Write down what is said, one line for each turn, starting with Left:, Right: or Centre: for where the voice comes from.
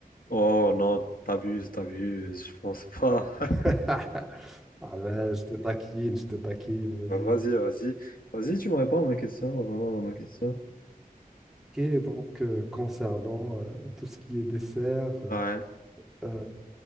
Left: Oh non, t'abuses, t'abuses, je pense pas. <laughs>
Centre: <laughs> Ah ouais, je te taquine, je te taquine, vas-y.
Left: Vas-y, vas-y. Vas-y, tu me réponds à ma question. Revenons à ma question.
Centre: Ok, donc euh, concernant euh, tout ce qui est dessert, euh,
Left: Ouais.
Centre: euh,